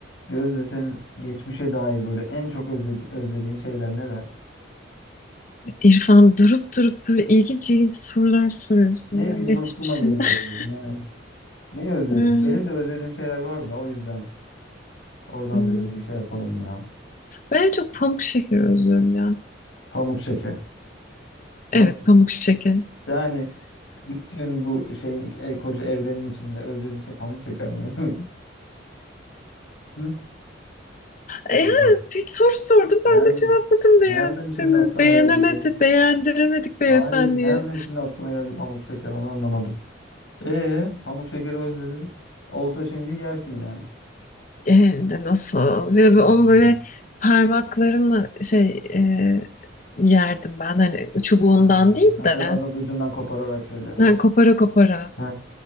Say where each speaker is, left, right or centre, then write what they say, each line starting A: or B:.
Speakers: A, on the left (about 85°); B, on the left (about 40°).
A: Gözde senin geçmişe dair böyle en çok özledi- özlediğin şeyler neler?
B: İrfan durup durup böyle ilginç ilginç sorular soruyorsun
A: Ne
B: ya
A: bileyim
B: geçmişe.
A: aklıma geliyor
B: <laughs>
A: yani. Yani Ne özlüyorsun?
B: Ee,
A: Benim de özlediğim şeyler var da o yüzden oradan
B: hmm.
A: dedim bir şey yapalım ya.
B: Ben en çok pamuk şeker özlüyorum ya.
A: Pamuk şeker. Nasıl?
B: Evet pamuk şeker.
A: Yani bütün bu şeyin e, koca evrenin içinde özlediğin şey pamuk şeker mi? <laughs> Hı?
B: E,
A: Tabii.
B: Ya bir soru sordum
A: Nereden?
B: ben de cevapladım
A: Nereden
B: diye sistemi.
A: şimdi aklına
B: Beğenemedi,
A: geldi ya?
B: beğendiremedik beyefendiye.
A: Hayır, nereden şimdi aklına geldi pamuk şeker? Onu anlamadım. E, pamuk şekeri özledin. Olsa şimdi yersin yani.
B: E, Hem de nasıl? Ve
A: Hmm.
B: ve onu böyle parmaklarımla şey e, yerdim ben. Hani çubuğundan
A: Aa,
B: değil
A: Mesela
B: de.
A: az ucundan kopararak şöyle az
B: Yani kopara kopara.
A: He.